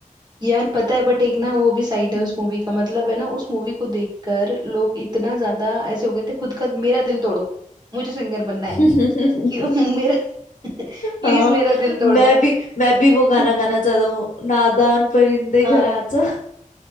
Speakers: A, on the right; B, on the left.
A: यार पता है बट एक ना वो भी साइड है
B: हम्म
A: उस मूवी का मतलब है ना उस मूवी को देखकर लोग इतना ज्यादा ऐसे हो गए थे खुद का मेरा दिल तोड़ो मुझे सिंगर बनना है
B: <laughs>
A: क्यों <laughs> मेरा <laughs> प्लीज
B: हाँ
A: मेरा दिल
B: मैं
A: तोड़ दो
B: भी मैं भी वो गाना
A: <laughs>
B: गाना चाहता हूँ नादान परिंदे घर
A: हाँ
B: आजा